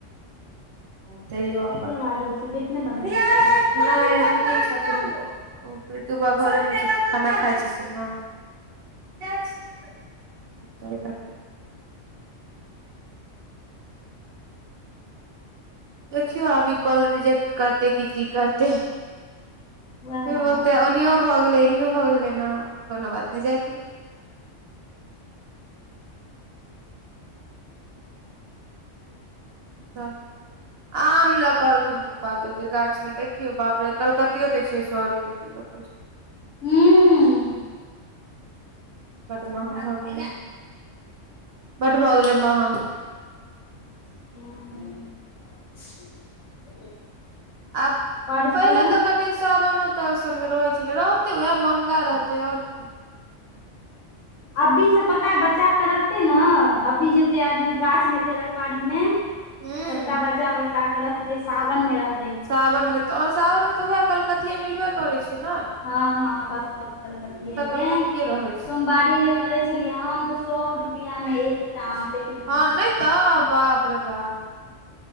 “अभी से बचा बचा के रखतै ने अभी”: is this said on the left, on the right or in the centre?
Left